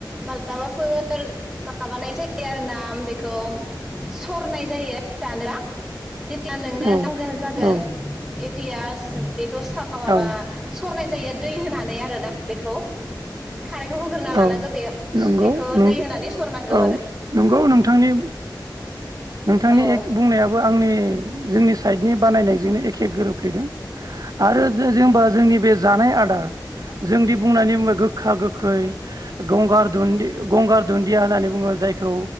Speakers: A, in the centre; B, on the right.
A: मालाबाफोर माबानाय जायो आरोना बेखौ सरनाय जायो जानोबा। जेब्ला नोंनो
B: औ
A: नांगौ जागोन
B: औ
A: <unintelligible> बेखौ माबा
B: औ
A: सरनाय जायो दै होना नानै आरोना बेखौ खारैखौ होग्रोना लानांगौ
B: औ
A: बेयाव
B: नंगौ
A: बेखो
B: नों
A: दै होनानै सरनांगौ
B: औ
A: आरो।
B: नंगौ नोंथांनि नोंथांनि
A: औ
B: एक बुंनायाबो आंनि जोंनि साइड नि बानायनाय बिजोंनो एखे गोरोबफ्लेदों आरो जेनेबा जोंनि बे जानाय आदार जोंदि बुंनानै बुंबाय गोखा गोखै गंगार दुनदि गंगार दुन्दिया होननानै बुङो जायखौ